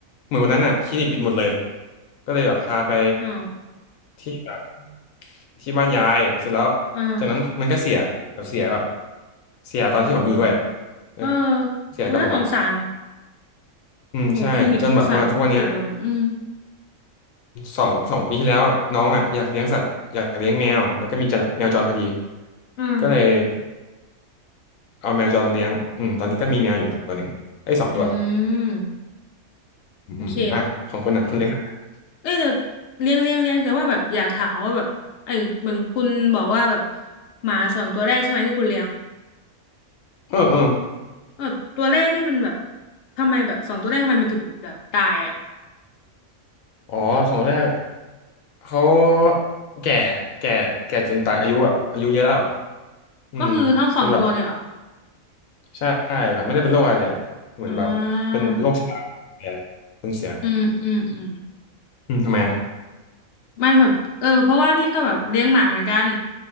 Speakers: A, on the left; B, on the left.
A: เหมือนวันนั้นน่ะคลินิกปิดหมดเลยก็เลยแบบพาไป
B: อ้าว
A: ที่แบบที่บ้านยายเสร็จแล้ว
B: อ่า
A: จากนั้นมันก็เสียแบบเสียแบบเสียตอนที่ผมอยู่ด้วยอ่ะ
B: โหเออ
A: เออเสียกับผมอ่ะ
B: โหน่าสงสารนะ
A: อืมใช่จนแบบมาทุกวันเนี้ย
B: โหคลินิกสัตว์ปิดหมดแล้วอืม
A: สองสองปีที่แล้วน้องอ่ะอยากเลี้ยงสัตว์อยากเลี้ยงแมวแล้วก็มีจะแมวจรพอดี
B: อ่า
A: ก็เลยเอาแมวจรมาเลี้ยงอืมตอนนี้ก็มีแมวอยู่ตัวหนึ่งไอ้ยสองตัว
B: อืม
A: อืมอืมอมอ่ะของคุณอ่ะคุณเลี้ยงสัตว์
B: โอเค เอ้ยแต่เลี้ยงเลี้ยงเลี้ยงแต่ว่าแบบอยากถามว่าแบบไอ้เหมือนคุณบอกว่าแบบหมาสองตัวแรกใช่ไหมที่คุณเลี้ยง
A: เออเออ
B: แบบตัวแรกนี่มันแบบทำไมแบบสองตัวแรกทำไมมันถึงแบบตายอ่ะ
A: อ๋อสองตัวแรกเขาแก่แก่แก่จนตายอายุแบบอายุเยอะแล้วอืมจนแบบ
B: ก็คือทั้งสองตัวเลยเหรอ
A: ใช่แบบไม่ได้เป็นโรคอะไรเลยอะเหมือนแบบเป็นโรคชราแก่
B: อ่า
A: จนเสีย
B: อืมอืมอืม
A: อืมทำไมอะ
B: ไม่แบบเออเพราะว่านี่ก็แบบเลี้ยงหมาเหมือนกัน